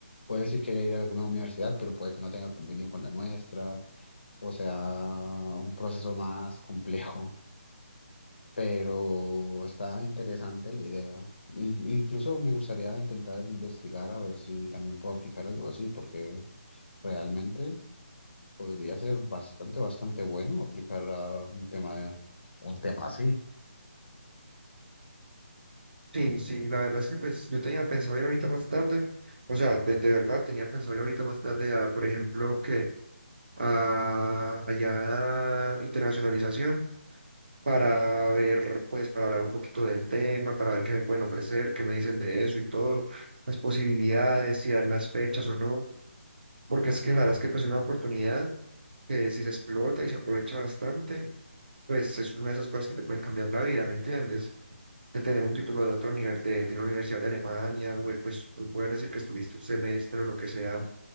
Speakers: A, on the left; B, on the right.
A: puedes si querer ir a alguna universidad, pero puede que no tenga convenio con la nuestra, o sea, un proceso más complejo. pero está interesante la idea. In- incluso me gustaría intentar investigar a ver si también puedo aplicar algo así, porque realmente podría ser bastante, bastante bueno aplicar a un tema de- un tema así.
B: Sí, sí, la verdad es que pues yo tenía pensado ir ahorita más tarde, o sea, de, de verdad tenía pensado ir ahorita más tarde a, por ejemplo, que a allá a internacionalización para ver, pues, para hablar un poquito del tema, para ver qué me pueden ofrecer, qué me dicen de eso y todo, las posibilidades, si dan las fechas o no, porque es que la verdad es que pues es una oportunidad que si se explota y se aprovecha bastante, pues es una de esas cosas que te pueden cambiar la vida, ¿me entiendes? De tener un título de otra univers- de, de una universidad de Alemania, o el, pues tú puedes decir que estuviste un semestre o lo que sea,